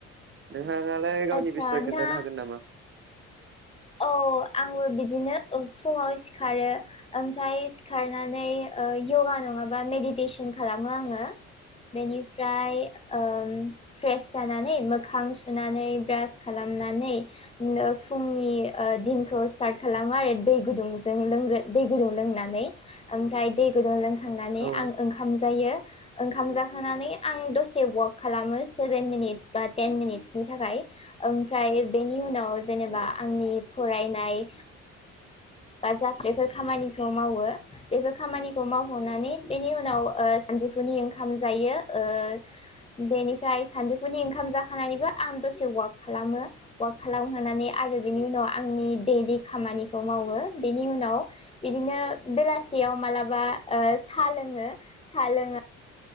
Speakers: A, on the right (about 40°); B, on the left (about 20°).
A: नोंहाङालाय
B: आदसा
A: गावनि बिसय
B: नोंथाङा
A: खोन्थानो हागोन नामा?
B: औ आंबो बिदिनो फुङाव सिखारो ओमफ्राय सिखारनानै ओ यगा नङाबा मेडिटेसन खालामो आङो। बेनिफ्राय ओम फ्रेश जानानै मोखां सुनानै ब्रास खालामनानै बेनि उनाव फुंनि ओ दिनखौ स्टार्ट खालामो आरो दै गुदुंजों लोंग्रो दै गुदुं लोंनानै। ओमफ्राय दै गुदुं लोंखांनानै
A: औ
B: आं ओंखाम जायो। ओंखाम जाखांनानै आं दसे वाक खालामो सेभेन मिनिट्स बा टेन मिनिट्सनि थाखाय ओमफ्राय बेनि उनाव जेनेबा
A: औ
B: आंनि फरायनाय बा जा बेफोर खामानिखौ मावो बेफोर खामानिखौ मावखांनानै बेनि उनाव ओ सानजौफुनि ओंखाम जायो ओ बेनिफ्राय सानजौफुनि ओंखाम जाखांनानैबो आं दसे वाक खालामो। वाक खालाम खांनानै आरो बिनि उनाव आंनि दैलि खामानिखौ मावो बेनि उनाव इदिनो बेलासियाव मालाबा ओ सा लोङो सा लोङो